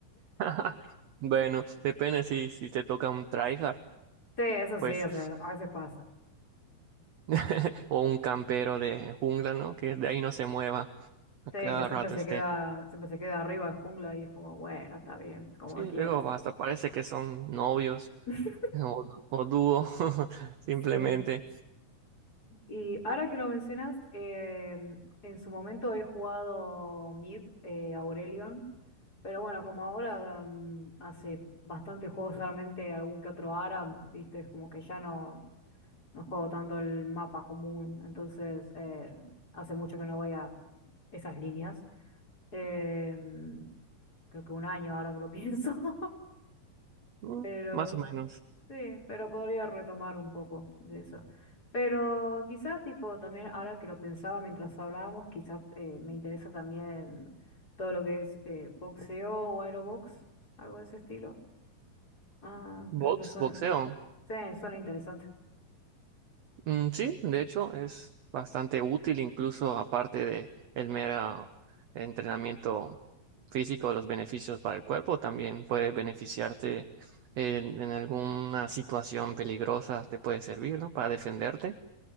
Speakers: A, on the right; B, on the left.
A: <laughs> Bueno, depende si, si te toca un tryhard,
B: sí, eso sí,
A: pues,
B: o sea, a veces pasa.
A: <laughs> o un campero de jungla, ¿no? Que de ahí no se mueva, a
B: Sí,
A: cada
B: que siempre
A: rato
B: se
A: esté.
B: queda, siempre se queda arriba de jungla y es como, bueno, está bien, como
A: Sí,
B: quieras.
A: luego hasta parece que son novios
B: <laughs>
A: o, o dúo, <laughs> simplemente.
B: Sí. Y ahora que lo mencionas, em, en su momento he jugado Mid, eh, Aurelion, pero bueno, como ahora mm, hace bastantes juegos solamente algún que otro ARAM, viste, es como que ya no, no juego tanto el mapa común, entonces eh, hace mucho que no voy a esas líneas. Em, creo que un año ahora que lo pienso, <laughs>
A: Mm,
B: pero
A: Más o menos.
B: Sí, pero podría retomar un poco de eso. Pero quizá tipo también, ahora que lo pensaba mientras hablábamos, quizá eh, me interesa también todo lo que es eh, boxeo o aerobox, algo de ese estilo. Ah, creo
A: Box,
B: que suena,
A: boxeo.
B: sí, suena interesante.
A: Mm, sí, de hecho es bastante útil, incluso aparte de el mero entrenamiento físico, los beneficios para el cuerpo, también puede beneficiarte en, en alguna situación peligrosa, te puede servir, ¿no? Para defenderte.